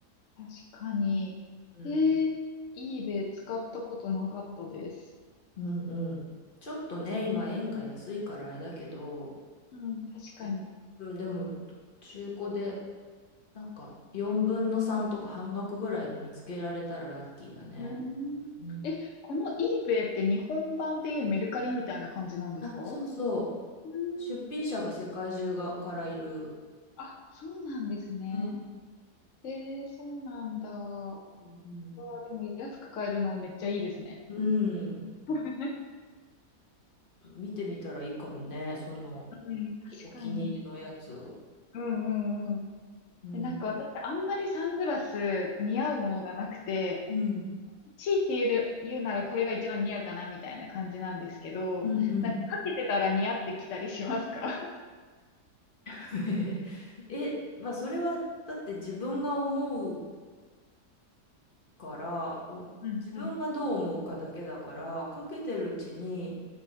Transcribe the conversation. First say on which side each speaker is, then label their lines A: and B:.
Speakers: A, on the left; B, on the left.
A: 確かに。
B: うん。
A: えー、eBay 使ったことなかったです。
B: うんうん。ちょっとね、今円が安いからあれだけど、
A: うん、確かに。
B: うん。うん、でも、中古で、なんか、4分の3とか半額ぐらいで見つけられたらラッキーだね。
A: うーん。
B: うん
A: え、この eBay って日本版でいうメルカリみたいな感じなんですかー、
B: あ、そうそ
A: うーん。
B: う。出品者が世界中がからいる。
A: あ、そうなんですね。
B: うん。
A: えー、そうなんだ。わ
B: うん
A: あ、でも安く買えるのめっちゃいいですね。
B: うん。
A: <laughs> う
B: 見てみたらいいかもね。その、
A: ん、確かに。
B: きお気に入りのやつを。
A: うんうんうん。
B: うん。
A: で、なんか私、あんまりサングラス似合うものがなくて、
B: うん。
A: 強いて言える、言うならこれが一番似合うかなみたいな感じなんですけど、
B: うんうん。
A: なんかかけてたら似合ってきたりしますか
B: <laughs> え、まあ、それは、だって自分が思うから、お、
A: <laughs> うんうん
B: 自分がどう思うかだけだから、かけてるうちに、